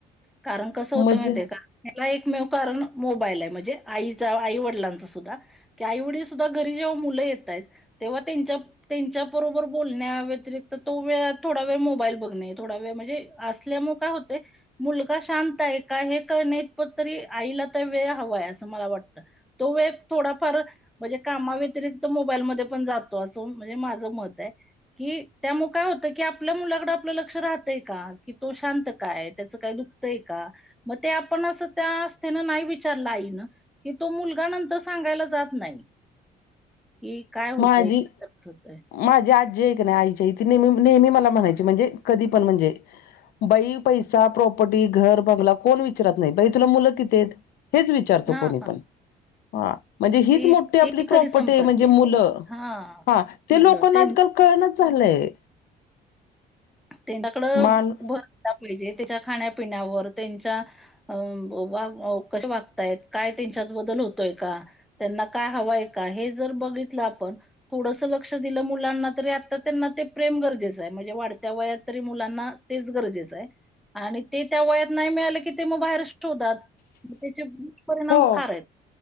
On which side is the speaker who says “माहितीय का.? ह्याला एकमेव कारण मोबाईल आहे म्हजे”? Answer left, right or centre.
Centre